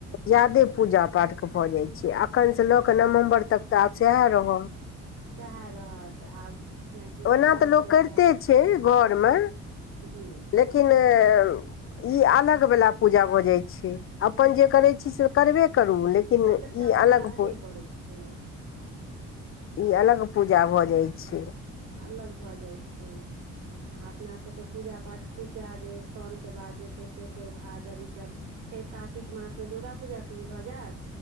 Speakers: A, on the left; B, on the right.
A: जादे पूजा पाठके भऽ जाइ छैै अखनसँ लऽ कऽ नवम्बर तक तऽ आब सएह रहत
B: सएहे ऽ रहत आब जेनाकि
A: ओना
B: साउन
A: तऽ लोक
B: शुरू
A: करिते
B: हैत
A: छै घरमे
B: जी
A: लेकिन एं ई अलग बला पूजा भऽ जाय छै अपन जे करय छी से करबे करू लेकिन
B: ओ तऽ सभ
A: ई
B: दिन
A: अलग
B: का हेबे करै छै
A: इ अलग पूजा भऽ जाइ छै
B: अलग भऽ जाय छै आ अपना सभके पूजा पाठ कुछ ज्यादे साउन के बाद जे छै से फेर भादव ईसभ फेर कातिक मासमे दुर्गा पूजा शुरू भऽ जैत